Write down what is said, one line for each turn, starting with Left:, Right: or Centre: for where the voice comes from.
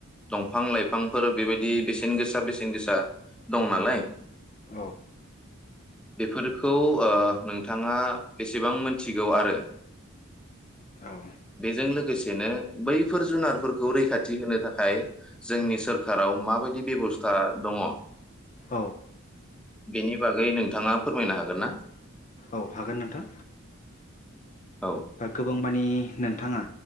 Centre: दंफां लाइफांफोर बेबायदि बेसेन गोसा, बेसेन गोसा दं नालाय,
Left: औ
Centre: बेफोरखौ ओ नोंथाङा बेसेबां मोनथिगौ आरो
Left: औ
Centre: बेजों लोगोसेनो बैफोर जुनारफोरखौ रैखाथि होनो थाखाय जोंनि सोरखाराव माबायदि बेब'स्था दङ
Left: औ
Centre: बेनि बागै नोंथाङा फोरमायनो हागोन ना?
Left: औ हागोन नोंथां।
Centre: औ
Left: गोबां मानि नोंथाङा